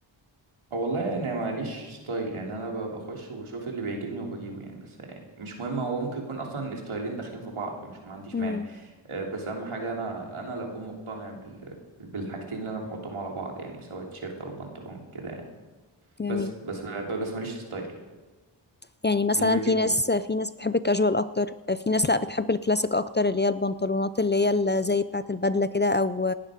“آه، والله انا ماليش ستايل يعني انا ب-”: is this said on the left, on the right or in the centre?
Right